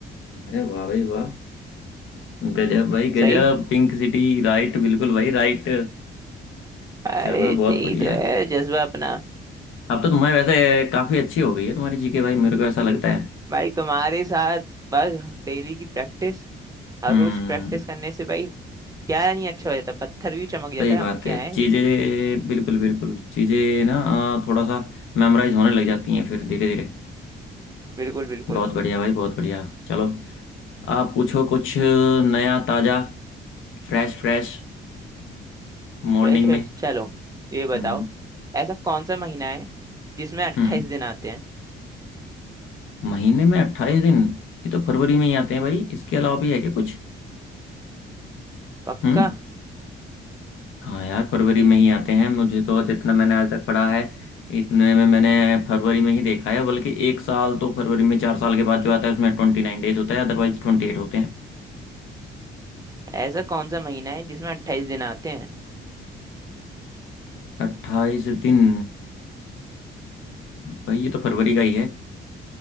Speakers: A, on the left; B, on the right.
A: अरे वाह भाई वाह गजब भाई गजब
B: सही
A: पिंक सिटी राइट बिल्कुल भाई राइट
B: अरे
A: चलो बहुत
B: यही
A: बढ़िया
B: तो है जज्बा अपना
A: अब तो तुम्हारे वैसे काफी अच्छी हो गई है तुम्हारी जीके भाई मेरे को ऐसा लगता है
B: भाई तुम्हारे साथ बस डेली की प्रैक्टिस हर
A: हम्म
B: रोज प्रैक्टिस करने से भाई क्या नहीं अच्छा हो जाता पत्थर भी चमक जाता
A: सही
B: है
A: बात
B: हम क्या
A: है
B: है
A: चीजें बिल्कुल बिल्कुल चीजें ना अ, थोड़ा सा मेमोराइज होने लग जाती हैं फिर धीरे धीरे
B: बिल्कुल बिल्कुल
A: बहुत बढ़िया भाई बहुत बढ़िया चलो आप पूछो कुछ नया ताजा फ्रेश फ्रेश मॉर्निंग
B: फ्रेश फ्रेश
A: में
B: चलो ये बताओ
A: हम्म
B: ऐसा कौन सा महीना है जिसमें अट्ठाईस
A: हम्म
B: दिन आते हैं
A: महीने में अट्ठाईस दिन ये तो फरवरी में ही आते हैं भाई इसके अलावा भी है क्या कुछ
B: पक्का
A: हम्म हाँ यार फरवरी में ही आते हैं मुझे तो जितना मैंने आज तक पढ़ा है इतने में मैंने फरवरी में ही देखा है बल्कि एक साल तो फरवरी में चार साल के बाद जो आता है उसमें ट्वेंटी नाइन डेज होता है अदरवाइज ट्वेंटी एट होते हैं
B: ऐसा कौन सा महीना है जिसमें अट्ठाईस दिन आते हैं
A: अट्ठाईस दिन भाई ये तो फरवरी का ही है